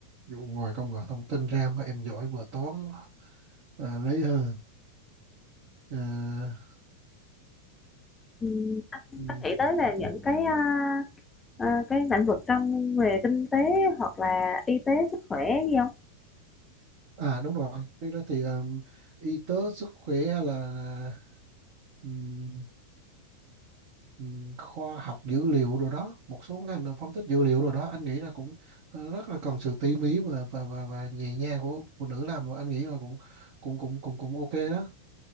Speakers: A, on the right; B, on the left.
A: Ví dụ ngoài công nghệ thông tin ra mà em giỏi vừa toán à, lấy hơn à,
B: Ừm, anh
A: ừ.
B: có nghĩ tới là những cái à, à, cái lĩnh vực trong về kinh tế hoặc là y tế sức khỏe gì không?
A: À đúng rồi, trước đó thì um, y tế sức khỏe hay là ừm, ừm, khoa học dữ liệu rồi đó, một số ngành là phân tích dữ liệu rồi đó, anh nghĩ là cũng ờ, rất là cần sự tỉ mỉ và và và, và nhẹ nhàng của phụ nữ làm, và anh nghĩ là cũng cũng cũng cũng cũng ok đó.